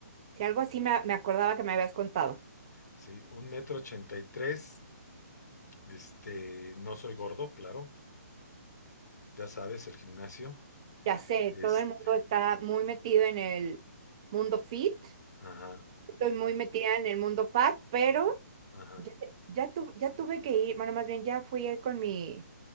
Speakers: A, on the right; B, on the left.
A: Si algo así me, me acordaba que me habías contado.
B: Sí, un metro ochenta y tres. Este, no soy gordo, claro. Ya sabes, el gimnasio.
A: Ya sé,
B: Este,
A: todo el mundo está muy metido en el mundo fit.
B: Ajá,
A: Estoy muy metida en el mundo fat, pero
B: ajá,
A: Ya, ya, tu- ya tuve que ir, bueno, más bien ya fui ahí con mi,